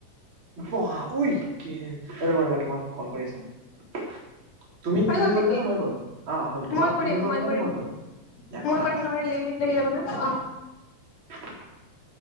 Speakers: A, on the right; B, on the left.
A: বহ ঐ কি ৰবা ৰবা তোমাক কল কৰি আছো মই। তুমি
B: হৈ
A: তুমি
B: গ'ল
A: কৰিবানে?
B: নেকি
A: মই কৰো অ' হল তোমাৰ
B: মই কৰিম
A: তুমি কৰানে
B: কৰিম
A: মই কৰো দিয়া
B: মই
A: কৰা
B: কৰিম
A: কৰা
B: নহয় লিমিট লাগি যাব ন অ'
A: <inaudible>